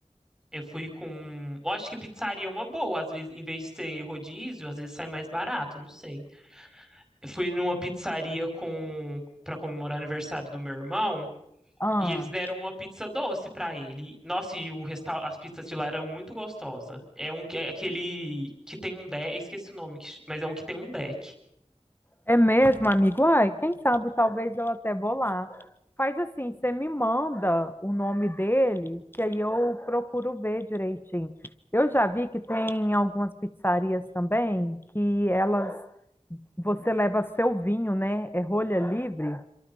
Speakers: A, in the centre; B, on the left.
A: eu fui com. Eu acho que pizzaria é uma boa, às vezes, em vez de ser rodízio, às vezes sai mais barato, não sei. Eu fui numa pizzaria com. para comemorar o aniversário do meu irmão.
B: Ah.
A: E eles deram uma pizza doce pra ele. Nossa, e o resta... as pizzas de lá eram muito gostosas. É um que é aquele que tem um deck, esqueci o nome, que- mas é um que tem um deck.
B: É mesmo, amigo? Ai, quem sabe talvez eu até vou lá. Faz assim, você me manda o nome dele, que aí eu procuro ver direitinho. Eu já vi que tem algumas pizzarias também que elas você leva seu vinho, né? É rolha livre?